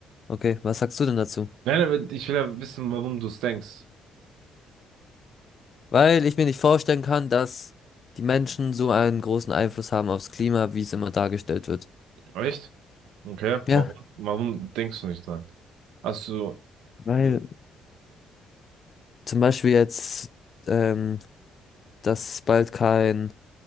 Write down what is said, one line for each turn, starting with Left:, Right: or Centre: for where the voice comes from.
Left: okay, was sagst du denn dazu?
Right: Nein, aber ich will ja wissen, warum du es denkst.
Left: Weil ich mir nicht vorstellen kann, dass die Menschen so einen großen Einfluss haben aufs Klima, wie es immer dargestellt wird.
Right: Echt? Okay,
Left: Ja,
Right: warum? Warum denkst du nicht dran? Hast du.
Left: weil zum Beispiel jetzt, ähm, dass es bald kein